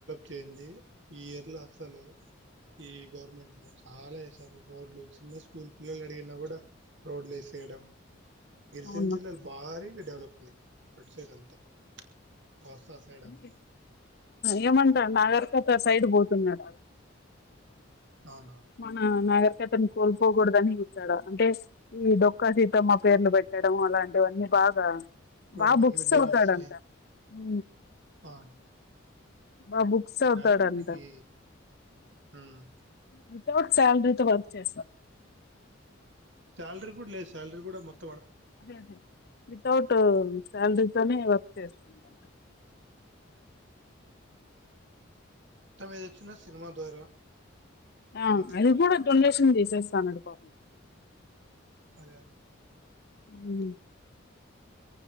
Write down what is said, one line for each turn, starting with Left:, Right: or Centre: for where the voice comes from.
Right: చేయంది. ఈ ఇయర్ల అసలు ఈ గవర్నమెంట్లో చాలా ఏసారు. రోడ్లు చిన్న స్కూల్ పిల్లలడిగిన గుడా రోడ్లేసేయడం గిరిజన్
Left: అవును
Right: జిల్లాలు భారీ డెవలప్ అయింది అటు సైడ్ అంతా కోస్తా సైడ్
Left: అంటే
Right: అంతా
Left: ఏం మంటన్ నాగర్ <inaudible> సైడ్ పోతున్నడు.
Right: అవునవును
Left: మనా నాగ కతను కోల్పోకూడదని చుస్తాడా అంటే ఈ డొక్కా సీతమ్మ పేర్లు పెట్టడం అలాంటివన్నీ బాగా బా
Right: అవును
Left: బుక్స్
Right: మిడ్
Left: చదుతాడంట
Right: డే మీల్స్ కి
Left: హు
Right: అవును
Left: బా బుక్స్ అవుతాడంట
Right: చాలా మందికి ఉమ్,
Left: వితౌట్ శాలరీతో వర్క్ చేస్తా
Right: సాలరీ కూడా లేదు సాలరీ కూడా మొత్
Left: అదే అదే వితౌట్ సాలరీ
Right: ఉమ్,
Left: తోని వ చేస్తుండంట
Right: అవును. మొత్తం ఏదొచ్చినా సినిమా ద్వారా
Left: ఆ
Right: అట్లా
Left: అది కూడా తొందెస్ సింది <inaudible> చేస్తా ఉన్నాడు పాపం
Right: అదే అదే
Left: హు